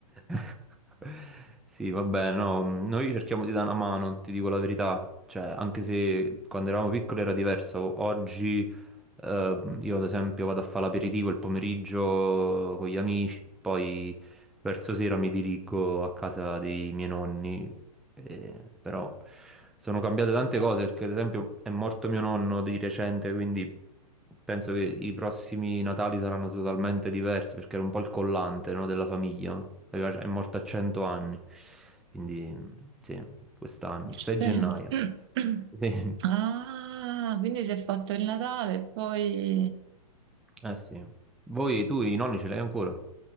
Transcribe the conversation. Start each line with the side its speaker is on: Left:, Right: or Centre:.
Centre: <laughs> Sì, vabbè, no, noi cerchiamo di dare una mano, ti dico la verità. Cioè, anche se quando eravamo piccoli era diverso, oggi eh, io ad esempio vado a fare l'aperitivo il pomeriggio con gli amici, poi verso sera mi dirigo a casa dei miei nonni eh, però sono cambiate tante cose perché, ad esempio, è morto mio nonno di recente, quindi penso che i prossimi Natali saranno totalmente diversi perché era un po' il collante, no, della famiglia. Aveva- È morto a 100 anni, quindi sì, quest'anno,
Right: <clears throat>
Centre: il 6 gennaio. Sì.
Right: Ah, quindi si è fatto il Natale e poi...
Centre: Eh sì. Voi, tu i nonni ce li hai ancora?